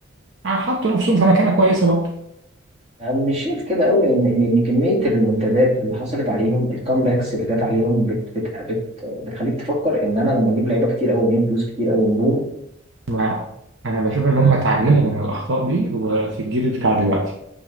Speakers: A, on the right; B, on the right.
A: آه، حطوا نفسهم في مكانه كويسه برضه
B: مش شايف كده قوي لان ان إن كميه الريمونتادات اللي حصلت عليهم الكامباكس اللي جت عليهم بت بت بت بتخليك تفكر ان انا لما اجيب لعيبه كتير قوي اديهم فلوس كتير قوي نجوم
A: ما انا بشوف ان هم اتعلموا من الاخطاء دي وفي الجيل بتاع دلوقتي